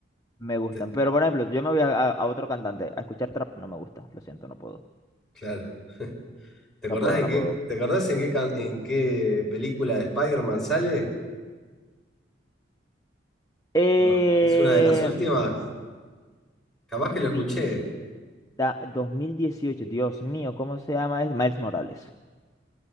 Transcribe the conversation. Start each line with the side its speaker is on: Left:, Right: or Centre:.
Left: Me gustan.
Centre: te-
Left: Pero, por ejemplo, yo me voy a, a- a otro cantante a escuchar trap. No me gusta. Lo siento, no puedo.
Centre: claro. <laughs> ¿Te
Left: No
Centre: acordás
Left: puedo,
Centre: en
Left: no
Centre: qué,
Left: puedo.
Centre: te acordás en qué, can- en qué película de Spider-Man sale?
Left: Eh,
Centre: Ah, es una de las últimas, capaz que lo escuché.
Left: sí, da- 2018 Dios mío, ¿cómo se llama? Es Miles Morales.